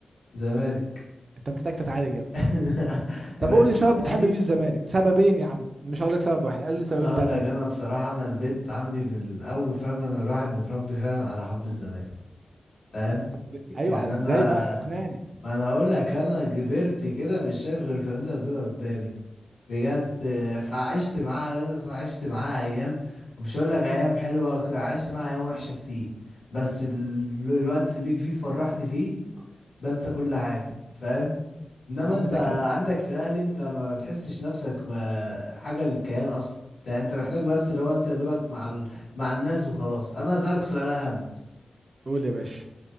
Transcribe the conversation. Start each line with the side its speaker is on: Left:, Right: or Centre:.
Left: زمالك
Right: انت محتاج تتعالج يا
Left: <laughs>
Right: ابني
Left: يبقى
Right: طب قول
Left: كده
Right: لي سبب
Left: يعني
Right: بتحب بيه الزمالك سببين يا عم مش هقول لك سبب واحد قال لي سببين
Left: انا اقول
Right: ثلاثه
Left: لك انا بصراحه انا البيت عندي من الاول فاهم انا الواحد متربي فعلا على حب الزمالك فاهم
Right: طب ليه؟ ايوه
Left: يعني
Right: ازاي
Left: انا
Right: بقى اقنعني
Left: ما انا هقول لك انا كبرت كده مش شايف غير الفانيلا البيضاء قدامي بجد آه، فعشت معاها عشت معاها ايام ومش هقول لك ايام حلوه عشت معاها ايام وحشه كتير بس ال... الوقت اللي بيجي فيه فرحني فيه بنسى كل حاجه فاهم انما
Right: يا عم
Left: انت
Right: ده كده
Left: عندك في الاهلي انت ما بتحسش نفسك ما- حاجه للكيان اصلا انت انت محتاج بس لو انت يا دوبك مع ال... مع الناس وخلاص انا هسألك سؤال اهم
Right: قول يا باشا